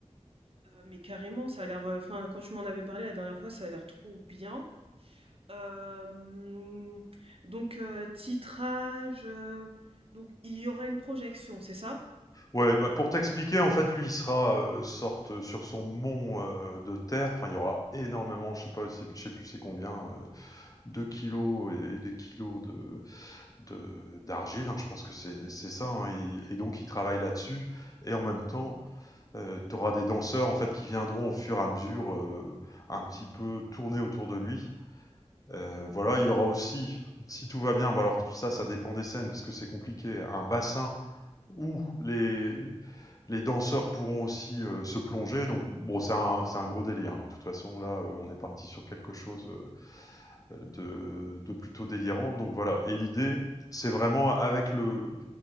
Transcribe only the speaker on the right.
Euh, mais carrément, ça a l'air. euh, Enfin, quand tu m'en avais parlé la dernière fois, ça a l'air trop bien. Euh, donc, euh, titrage. euh, donc, il y aura une projection, c'est ça?